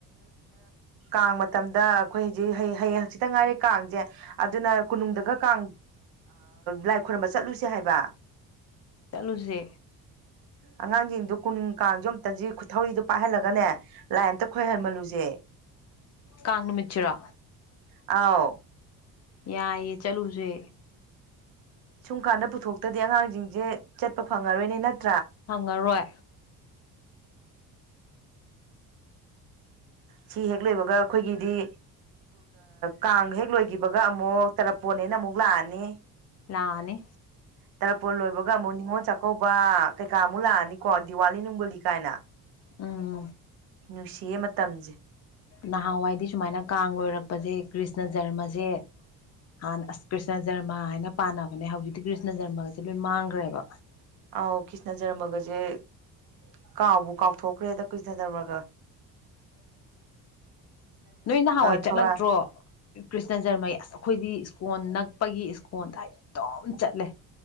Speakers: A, on the right; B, on the left.
A: ꯀꯥꯡ ꯃꯇꯝꯗ ꯑꯩꯈꯣꯏ ꯍꯧꯖꯤꯛ ꯍꯌꯦꯡ ꯍꯖꯤꯛꯇ ꯉꯥꯏꯔꯤꯦ ꯀꯥꯡꯁꯦ ꯑꯗꯨꯅ ꯀꯨ ꯇꯨꯡꯗꯒ ꯀꯥꯡ ꯂꯥꯏ ꯈꯨꯣꯏꯔꯕ ꯆꯠꯂꯨꯁꯦ ꯍꯥꯏꯕ
B: ꯆꯂꯨꯁꯦ
A: ꯑꯉꯥꯡꯁꯤꯡꯗꯨꯣ ꯀꯨꯅꯨꯡ ꯀꯥꯡꯁꯨ ꯑꯝꯇꯁꯤ ꯈꯨ ꯊꯧꯔꯤꯗꯣ ꯄꯥꯏꯍꯜꯂꯒꯅꯦ ꯂꯥꯏꯟ ꯑꯝꯇ ꯑꯩꯈꯣꯏ ꯍꯟꯃꯜꯂꯨꯁꯦ
B: ꯀꯥꯉꯃꯤꯆꯔꯥ
A: ꯑꯥꯎ
B: ꯌꯥ ꯌꯦ ꯆꯂꯨꯁꯦ
A: ꯁꯨꯝ ꯀꯥꯟꯗ ꯄꯨꯊꯣꯛꯇꯗꯤ ꯑꯉꯥꯡꯁꯤꯡꯁꯦ ꯆꯠꯄ ꯐꯪꯉꯔꯣꯏꯅꯦ ꯅꯠꯇ
B: ꯍꯪꯉꯔꯣꯏ
A: ꯁꯤ ꯍꯦꯛ ꯂꯩꯣꯏꯕꯒ ꯑꯩꯈꯣꯏꯒꯤꯗꯤ ꯀꯥꯡ ꯍꯦꯛ ꯂꯣꯏꯒꯤꯈꯤꯕꯒ ꯑꯃꯨꯛ ꯇꯔꯥꯄꯣꯟ ꯍꯅ ꯑꯃꯨꯛ ꯂꯥꯛꯑꯅꯤ
B: ꯂꯥꯅꯦ
A: ꯇꯔꯥꯄꯣꯜ ꯂꯣꯏꯕꯒ ꯑꯃꯨꯛ ꯅꯤꯉꯣꯜ ꯆꯥꯛꯀꯧꯕ ꯀꯩꯀꯥ ꯑꯃꯨꯛ ꯂꯥꯛꯑꯅꯤꯀꯣ ꯗꯤꯋꯥꯂꯤ ꯅꯨꯡꯒꯣꯂꯤ ꯀꯥꯏꯅ
B: ꯎꯝ
A: ꯅꯨꯡꯁꯤꯌꯦ ꯃꯇꯝꯁꯦ
B: ꯅꯍꯥꯟꯋꯥꯏꯗꯤ ꯁꯨꯃꯥꯏꯅ ꯀꯥꯡ ꯂꯣꯏꯔꯛꯄꯁꯦ ꯀ꯭ꯔꯤꯁꯅ ꯖꯔꯃꯁꯦ ꯍꯥꯟꯅ ꯑꯁ ꯀ꯭ꯔꯤꯁꯅ ꯖꯔꯃ ꯍꯥꯏꯅ ꯄꯥꯟꯅꯕꯅꯦ ꯍꯧꯖꯤꯛꯇꯤ ꯀ꯭ꯔꯤꯁꯅ ꯖꯔꯃꯒꯁꯦ ꯂꯣꯏ ꯃꯥꯡꯈ꯭ꯔꯦꯕ
A: ꯑꯧ ꯀ꯭ꯔꯤꯁꯅ ꯖꯔꯃꯒꯁꯦ ꯀꯥꯎꯕꯨ ꯀꯥꯎꯊꯣꯛꯈ꯭ꯔꯦꯗ ꯀꯨꯏꯁꯅꯗꯔꯃꯒ
B: <unintelligible> ꯅꯣꯏ ꯅꯍꯥꯟꯋꯥꯏ ꯆꯠꯂꯛꯇ꯭ꯔꯣ
A: ꯊꯧꯔꯥꯡ
B: ꯀ꯭ꯔꯤꯁꯅ ꯖꯔꯃ ꯑꯁ ꯑꯩꯈꯣꯏꯗꯤ ꯏꯁꯀꯣꯟ ꯅꯛꯄꯒꯤ ꯏꯁꯀꯣꯟꯜꯗ ꯑꯩ ꯑꯗꯨꯝ ꯆꯠꯂꯦ